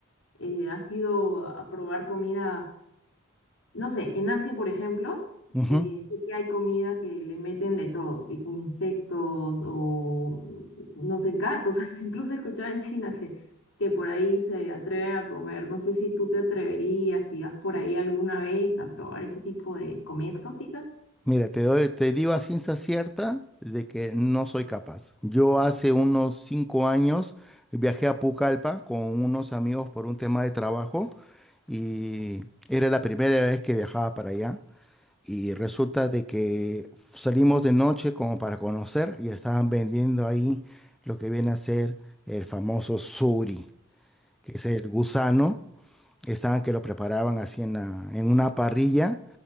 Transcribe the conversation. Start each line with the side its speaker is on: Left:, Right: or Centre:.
Left: eh, has ido a probar comida. No sé, en Asia, por ejemplo,
Centre: Ujú.
Left: eh, sé que hay comida que le meten de todo, tipo insectos o, no sé, gatos. <laughs> Hasta incluso he escuchado en China que, que por ahí se atreven a comer. No sé si tú te atreverías, si vas por ahí alguna vez a probar ese tipo de comida exótica.
Centre: Mira, te doy- te digo a ciencia cierta de que no soy capaz. Yo hace unos cinco años viajé a Pucallpa con unos amigos por un tema de trabajo y era la primera vez que viajaba para allá y resulta de que salimos de noche como para conocer y estaban vendiendo ahí lo que viene a ser el famoso suri, que es el gusano, estaban que lo preparaban así en, la- en una parrilla